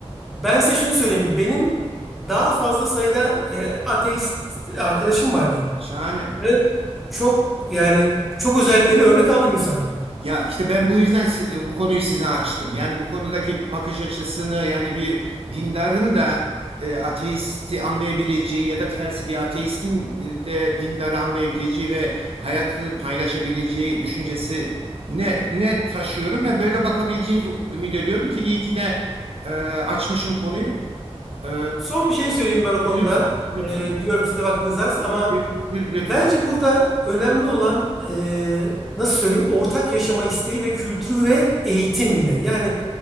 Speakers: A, in the centre; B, on the right.
A: Ben size şunu söyleyeyim. Benim daha fazla sayıda e, ateist arkadaşım var diyeyim.
B: Şahane.
A: Ve çok yani çok özelliklerini örnek aldığım insanlar.
B: Ya işte ben bu yüzden si- bu konuyu size açtım. Yani bu konudaki bakış açısını yani bir dindarın da e, ateisti anlayabileceği ya da tersi bir ateistin de dindarı anlayabileceği ve hayatı paylaşabileceği düşüncesi ne ne taşıyorum ve böyle bakabileceğinizi ümit ediyorum ki iyi ki de e, açmışım konuyu. E,
A: Son bir şey söyleyeyim ben o konuda.
B: lütfen, lütfen.
A: E, biliyorum sizin de vaktiniz az ama
B: Lü- lü- Lütfen.
A: Bence burada önemli olan e, nasıl söyleyeyim ortak yaşama isteği ve kültürü ve eğitim yine. Yani